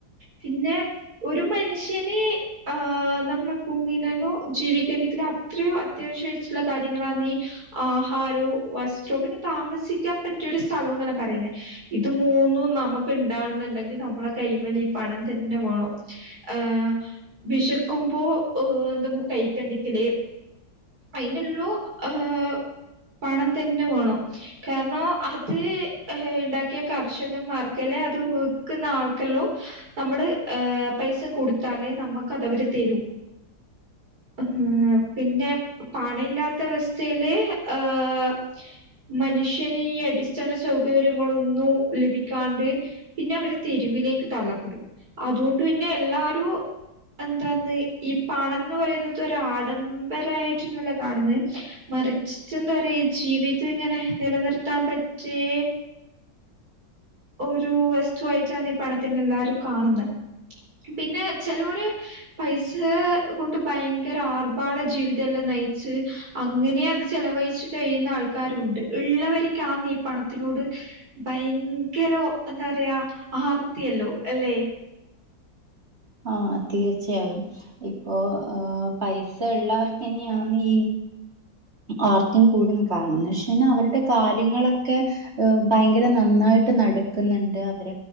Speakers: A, on the right; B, on the right.
A: പിന്നെ ഒരു മനുഷ്യന് ആഹ് നമ്മളെ ഭൂമിയിലല്ലോ ജീവിക്കേണ്ടെങ്കിലിൽ അത്രോ അത്യാവശ്യട്ടുള്ള കാര്യങ്ങളാണി ആഹാരോ വസ്ത്രോ പിന്നെ താമസിക്കാൻ പറ്റിയരു സ്ഥലന്നെല്ലാം പറയുന്നേ ഇത് മൂന്നും നമുക്ക് ഇണ്ടാണെന്നുണ്ടെങ്കിൽ നമ്മളെ കൈമൽ ഈ പണം തന്നെ വേണം ആഹ് വിശക്കുമ്പോ എന്തെങ്കും കഴിക്കണ്ടിങ്കലേ അയിനുള്ളൂ ഏഹ് പണം തന്നെ വേണം കാരണം അത് ഉണ്ടാക്കിയ കർഷക മർക്കല്ലോ അത് വിക്കുന്ന ആൾക്കല്ലോ നമ്മള് പൈസ കൊടുത്താലേ നമുക്ക്തവര് തരൂ ആഹ് പിന്നെ പണ ഇല്ലാത്ത അവസ്ഥയില് ആഹ് മനുഷ്യന് അടിസ്ഥാന സൗകര്യങ്ങളൊന്നും ലഭിക്കാണ്ട് പിന്നെയവര് തെരുവിലേക്കു തള്ളപ്പെടും അതുകൊണ്ടുതന്നെ എല്ലാരും എന്താന്ന് ഈ പണംന്നു പറയുന്നതൊരു ആഡംബരമായിട്ടന്നെല്ലെ കാണുന്നത് മരിച്ചിട്ടെന്താ പറയാ ഈ ജീവിതം ഇങ്ങനെ നിലനിർത്താൻ പറ്റിയെ ഒരു വസ്തുവായിട്ടാണീ പണത്തിനെ എല്ലാരും കാണുന്നേ പിന്നെ ചെലോര് പൈസാ കൊണ്ടു ഭയങ്കര ആർഭാട ജീവിതെല്ലാം നയിച്ച് അങ്ങനെ അതു ചെലവഴിച്ചു കഴിയുന്ന ആൾക്കാരുണ്ട് ഇള്ളവർക്കാന്നീ പണത്തിനോട് ഭയങ്കരൊ എന്താ പറയാ ആർത്തിയല്ലോ അല്ലേ
B: ആഹ് തീർച്ചയായും ഇപ്പോ ഏഹ് പൈസായുള്ളവർക്ക് തന്നെയാണീ ആർത്തിം കൂടും കാരണംന്ന് വെച്ച്കയിഞ്ഞാ അവരുടെ കാര്യങ്ങളൊക്കെ ഏഹ് ഭയങ്കര നന്നായിട്ടു നടക്കുന്നുണ്ട് അവര